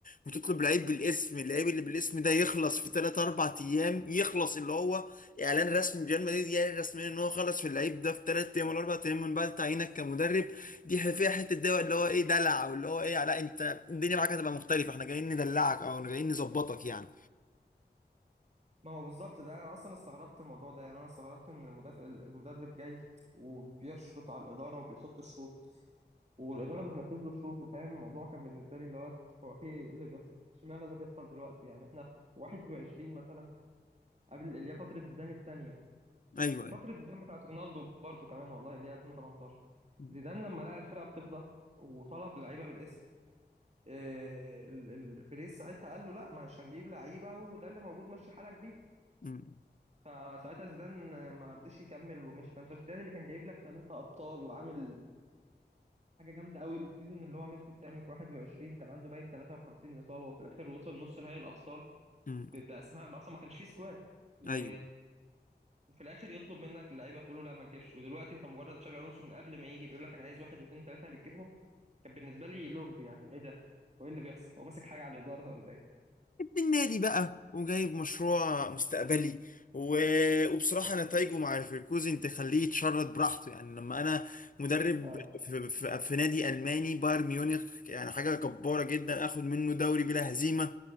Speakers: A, on the left (about 50°); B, on the right (about 40°).
A: وتطلب لعيب بالاسم اللعيب اللي بالاسم ده يخلص في 3 4 ايام يخلص اللي هو اعلان رسمي ريال مدريد يعني رسميا ان هو خلص في اللعيب ده في 3 ايام ولا 4 ايام من بعد تعيينك كمدرب دي ح- فيها حته دواء اللي هو ايه دلع واللي هو ايه لا انت الدنيا معاك هتبقى مختلفه احنا جايين ندلعك او جايين نظبطك يعني
B: ما هو بالظبط ده انا اصلا استغربت الموضوع ده يعني انا استغربت ان المدافع المدرب جاي وبيشرط على الإدارة وبيحط الشروط والإدارة بتنفذ له شروطه فاهم الموضوع كان بالنسبة لي اللي هو هو في ايه اللي بيحصل؟ اشمعنى ده بيحصل دلوقتي يعني احنا في 21 مثلا قبل اللي هي فترة زيدان الثانية
A: ايوه
B: وفترة
A: ايوه
B: زيدان بتاعت رونالدو برضو كمان والله اللي هي 2018
A: م-
B: زيدان لما لقى الفرقة بتفضى وطلب لعيبة بالاسم إيه، ال- ال- بريس ساعتها قال له لا مش هنجيب لعيبة وده اللي موجود ماشي حالك بيه
A: م-
B: فساعتها زيدان آه، ما رضيش يكمل ومشي فانت زيدان اللي كان جايب لك ثلاثة أبطال وعامل حاجة جامدة قوي والسيزون اللي هو مسكه التاني في 21 كان عنده باين 53 إصابة وفي الآخر وصل نص نهائي الأبطال
A: م-
B: باسماء ما اصلا ما كانش فيه سكواد و...
A: ايوه
B: وفي الاخر يطلب منك اللعيبه تقول له لا ما تجيبش ودلوقتي انت مجرد تشابي الونسو من قبل ما يجي بيقول لك انا عايز واحد واثنين ثلاثه بتجيبهم كان بالنسبه لي لغز يعني ايه ده وايه اللي بيحصل هو ماسك حاجه على الاداره ولا ايه
A: ابن النادي بقى وجايب مشروع مستقبلي و... وبصراحة نتائجه مع ليفركوزن تخليه يتشرد براحته يعني لما أنا مدرب
B: اه
A: في, في, في نادي ألماني بايرن ميونخ يعني حاجة جبارة جدا آخد منه دوري بلا هزيمة